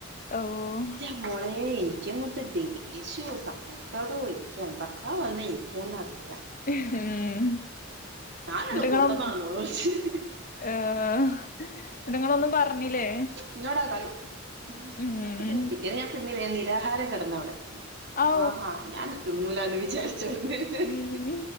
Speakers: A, on the left; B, on the right.
A: ഓഹ്.
B: ന്റെ മോളെ ൻക് ങ്ങട്ട് ദേഷ്യാേ സങ്ക സങ്കടോ ൻക്ക് എന്തൊക്കാ വന്നേ ഇൻക്കന്നറീല.
A: ഉംമ്
B: ഞാനാണ്
A: ന്നട്ട് ങ്ങള്
B: കൂത്തന്നാണോ
A: ഒ.
B: ചോദിച്ച്
A: ഏഹ് ന്നട്ട് ങ്ങളൊന്നും പറഞ്ഞില്ലേ?
B: ഇന്നോടാ കളി ഉ
A: ഉം
B: ന്നിട്ട് പിന്നെ പിറ്റേന്ന് ഞാൻ തിന്നില്ല നിരാഹാരം കിടന്നവിടെ.
A: ഔ
B: ആഹാ ഞാൻ തിന്നൂലന്ന് വിചാരിച്ചോള്ളുന്നേ. <unintelligible>
A: ഉം